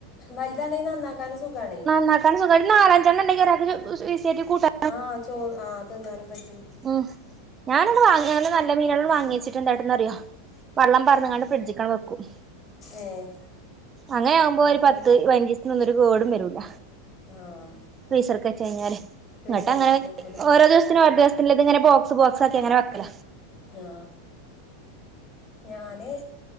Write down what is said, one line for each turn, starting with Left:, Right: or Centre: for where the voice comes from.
Left: വലുതാണേ നന്നാക്കാനും സുഖാണേ
Right: നന്നാക്കാനും സുഖാണ്. നാലഞ്ചെണ്ണം ഉണ്ടെങ്കി ഒരാൾക്കു ശെ ശെ ശെരിക്കും കൂട്ടാൻ
Left: ആഹ് ചോർ അഹ് തിന്നാനും പറ്റും
Right: ഉം ഞാനന്ന് വാങ്ങ്യന്ന് നല്ല മീനാന്ന് വാങ്ങി വച്ചിട്ടുണ്ടായിരുന്ന് അറിയോ ബാറന്നങ്ങാണ്ട് ഫ്രിഡ്ജിക്കങ്ങട് വെക്കും.
Left: ഏഹ്
Right: അങ്ങനെയാവുമ്പോ
Left: അപ്പൊ
Right: ഒരു പത്ത്
Left: പി
Right: പൈനഞ്ച് ഒന്നൊരു കേടും വെരൂല്ല
Left: ആഹ്
Right: ഫ്രീസർക്കു വെച്ചു കഴിഞ്ഞാല്,
Left: ഫ്രീസറിലാക്കി
Right: എന്ന്ട്ടങ്ങനെ
Left: വെക്കൂലേ
Right: ഓരോ ദിവസത്തിനു ഓരോദി നുള്ളത് ഇങ്ങനെ ബോക്സ് ബോക്സ് ആക്കി അങ്ങനെ വെക്കല.
Left: ആഹ് ഞാനേ